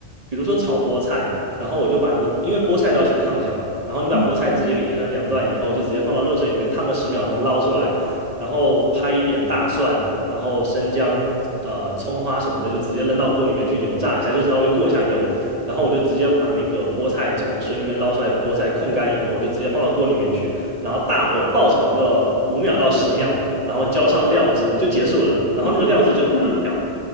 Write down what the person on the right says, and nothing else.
比如说炒菠菜，然后我就把那个，因为菠菜都要先烫一下嘛，然后你把菠菜直接给切成两段以后，
就直接放到热水里面烫个十秒钟，捞出来，然后拍一点大蒜，然后生姜、呃葱花什么的，就直接扔到锅里面去油炸一下，就是稍微过一下油，然后我就直接把那个菠菜从水里面捞出来的菠菜控干以后，我就直接放到锅里面去，然后大火爆炒个五秒到十秒。然后浇上料汁就结束了。然后那个料汁就自己调，